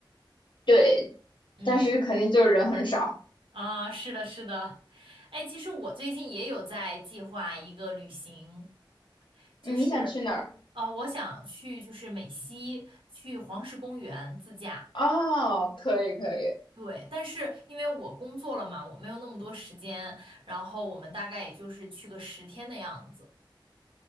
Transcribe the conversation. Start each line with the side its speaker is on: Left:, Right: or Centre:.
Left: 对，
Right: 嗯。
Left: 但是肯定就是人很少。
Right: 啊，是的，是的，哎，其实我最近也有在计划一个旅行，就是，
Left: 你想去哪儿？
Right: 啊，我想去就是美西，去黄石公园自驾。
Left: 哦，可以可以，
Right: 对，但是因为我工作了嘛，我没有那么多时间，然后我们大概也就是去个十天的样子。